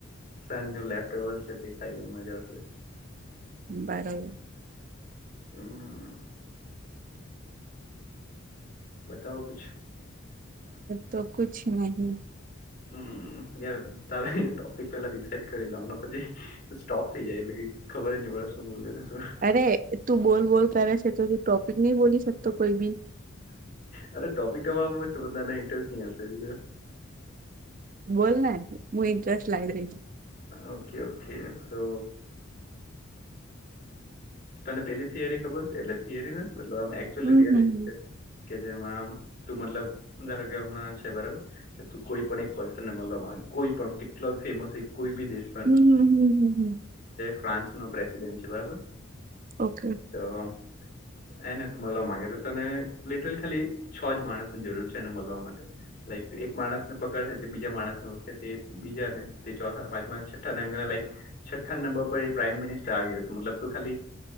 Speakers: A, on the left (about 45°); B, on the right (about 40°).
A: સાંજ નું લેપબલ છે દેખાય મજા આવશે
B: બરાબર
A: હમ બતાવ કછ
B: તો કછ નહીં
A: હમ યાર તારેા એ ટોપિક પેલા ડિસાઈડ કરી લાવને પછી સ્ટોપ થઈ જાય એટલે ખબર જ ન પડે શું બોલ ને શું
B: અરે તું બોલ બોલ કર છે તો ત ટોપિક નહી બોલી શકતો કોઈ બી
A: અરે ટોપિક તમારે બહ છે બધાને ઇન્ટરેસ્ટ હશે એટલે
B: બોલના હું ઇન્ટરેસ્ટ લાગ ર
A: ઓકે ઓકે સો તને પેલી થિયરી ખબર છે એટલે થિયરીને આચલી
B: હમ
A: રિયાલિટી
B: હમ
A: છે કે જેમાં તું મતલબ ધારો કે હમણાં છે બરોબર ત કોઈ પણ એક પર્સનને મળવા માં કોઈ પણ કેટલા ફેમસ એક કોઈ બી દેશ
B: હમ હમ હમ હમ હમ
A: ફ્રાન્સ નો પ્રેસિડેન્ટ છે બાબ
B: ઓકે
A: તો એને તું મળવા માંગે તો તને લિટરલી ખાલી છ જ માણસની જરૂર છે એને મળવા માટે લ એક માણસ ને પકડે તે બીજા માણસ ને ઓખે તે બીજા ને તે ચો પાંચ મા છઠ્ઠા ને એક છઠ્ઠા નંબર પર એ પ્રાઈમ મિનિસ્ટર આવી ગયોશે છે મતલબ તો ખાલી